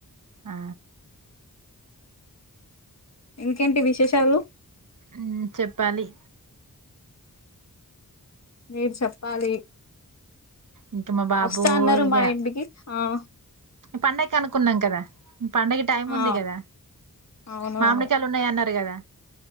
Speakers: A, on the right; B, on the left.
A: ఆ
B: ఇంకేంటి విశేషాలు?
A: ఉమ్ చెప్పాలి?
B: మీరు చెప్పాలి?
A: ఇంక మా బాబు,
B: వస్తా అన్నారు
A: ఇగ
B: మా ఇంటికి ఆ
A: పండక్కి అనుకున్నాం కదా, పండుగ టైం
B: ఆ
A: ఉంది కదా,
B: అవునవును
A: మామిడికాయలుు ఉన్నయ్ అన్నారు కదా.